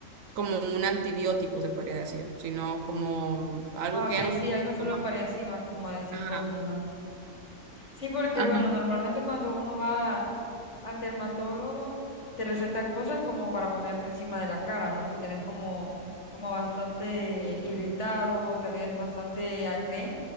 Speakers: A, on the right; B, on the left.
A: como un antibiótico, se podría decir, sino como algo
B: Ah,
A: que
B: ok,
A: ya no
B: sí,
A: se puede
B: algo solo
A: tomar.
B: para encima, como decís
A: Ajá.
B: vos, ajá. Sí, porque
A: Ajá.
B: bueno, normalmente cuando uno va al dermatólogo, te recetan cosas como para ponerte encima de la cara, ¿no? Si tenés como, como bastante irritado, tenés bastante acné,